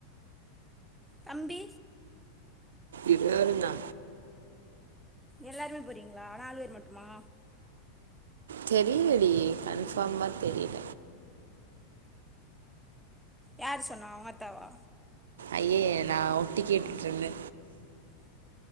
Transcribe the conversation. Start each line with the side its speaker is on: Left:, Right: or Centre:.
Centre: தம்பி
Right: இது வரிந்தா
Centre: எல்லாருமே போறீங்ளா நாலு பேர் மட்டுமா
Right: தெரியிலடி கன்ஃபார்மா தெரியில
Centre: யாரு சொன்னா உங்காத்தாவா
Right: ஐயய்ய நா ஒட்டுக் கேட்டுட்ருந்தே